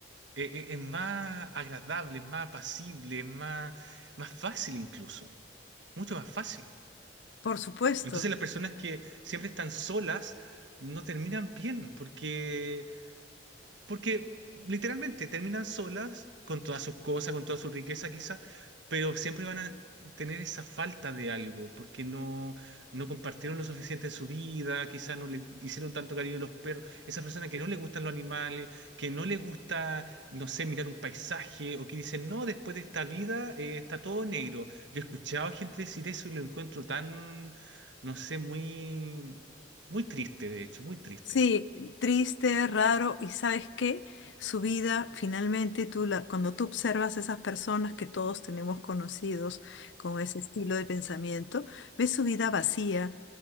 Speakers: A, on the right; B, on the left.
A: eh, eh, es más agradable, es más apacible, es más, más fácil incluso, mucho más fácil.
B: Por supuesto.
A: Entonces las personas que siempre están solas no terminan bien, porque porque literalmente terminan solas, con todas sus cosas, con toda su riqueza quizá, pero siempre van a tener esa falta de algo, porque no, no compartieron lo suficiente en su vida, quizá no le hicieron tanto cariño a los perros, esa persona que no le gustan los animales, que no le gusta, no sé, mirar un paisaje, o que dicen, no, después de esta vida eh, está todo negro. Yo he escuchado a gente decir eso y lo encuentro tan, no sé, muy, muy triste, de hecho, muy triste.
B: Sí, triste, raro, y ¿sabes qué? Su vida, finalmente, tú la, cuando tú observas esas personas que todos tenemos conocidos con ese estilo de pensamiento, ves su vida vacía,